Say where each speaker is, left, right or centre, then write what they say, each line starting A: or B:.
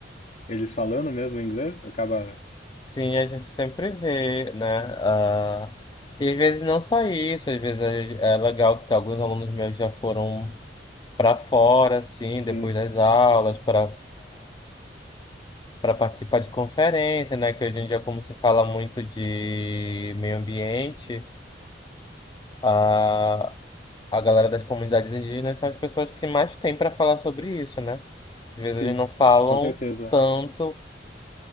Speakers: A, on the left (about 40°); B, on the left (about 25°).
A: eles falando mesmo inglês? Acaba.
B: Sim, a gente sempre vê, né? Ah, e às vezes não só isso, às vezes é, é legal que tá- alguns alunos meus já foram para fora, assim, depois
A: Sim,
B: das aulas, para para participar de conferência, né? Que hoje em dia, como se fala muito de meio ambiente, a, a galera das comunidades indígenas são as pessoas que mais têm para falar sobre isso, né? Às vezes
A: sim,
B: eles não falam
A: com certeza.
B: tanto,